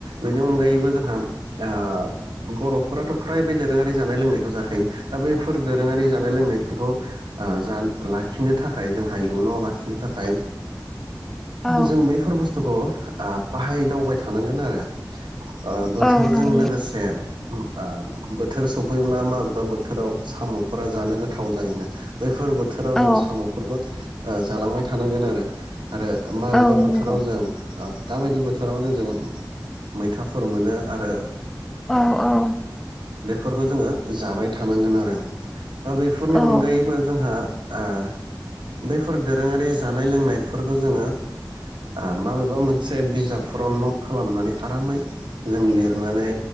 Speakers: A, on the right; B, in the centre.
A: बेनि अनगायैबो जोंहा ओ बरफोराथ फ्राय बे दोरोङारि जानाय लोंनायखौ जाखायो दा बैफोर दोरोङारि जानाय लोंनायफोरखौ जा लाखिनो थाखाय जोंहा इयुनाव लाखिनो थाखाय।
B: औ
A: जों बैफोर बुस्थुखौ बाहायदावबाय थानांगोन आरो। ओ बोथोरजों
B: औ नंगौ
A: लोगोसे ओ आ बोथोर सफैब्ला माबेबा बोथोराव सामफोरा जानो गोथाव जायोना बै बेफोर बोथोराव
B: औ
A: जों सामफोरखौ। ओ जालांबाय थानांगोन आरो आरो माबेबा
B: औ नंगौ
A: बोथोराव जों ओ दाबायदि बोथोरावनो जों मैथाफोर मोनो आरो
B: औ औ
A: बेफोरखौ जोङो जाबाय थानांगोन आरो दा बेफोरनि
B: औ
A: अनगायैबो जोंहा। ओ बैफोर दोरोङारि जानाय लोंनायफोरखौ जोङो ओ माबेबा मोनसे बिजाबफोराव नट खालामनानै आरामै जों लिरनानै